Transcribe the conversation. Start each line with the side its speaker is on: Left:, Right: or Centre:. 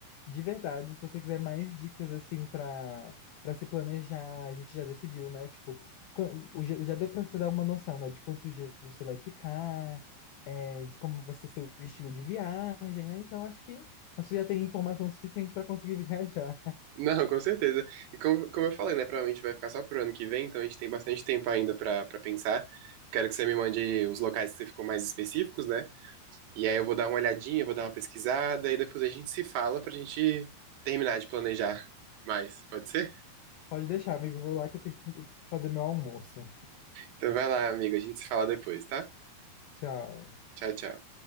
Left: de verdade, se você quiser mais dicas, assim, para para se planejar, a gente já decidiu, né? Tipo, quan- o já já deu para você dar uma noção, né? De quantos dias você vai ficar, é, de como vai ser seu estilo de viagem, né? Então, acho que acho que já tem informação suficiente para conseguir <laughs> viajar.
Right: <laughs> Não, com certeza. E como, como eu falei, né? Provavelmente vai ficar só pro ano que vem, então a gente tem bastante tempo ainda pra, pra pensar. Eu quero que você me mande os locais que você ficou mais específicos, né? E aí eu vou dar uma olhadinha, vou dar uma pesquisada, e depois a gente se fala pra gente terminar de planejar mais. Pode ser?
Left: Pode deixar, amigo. Vou lá que eu tenho que fazer meu almoço.
Right: Então vai lá, amigo. A gente se fala depois, tá?
Left: Tchau.
Right: Tchau, tchau.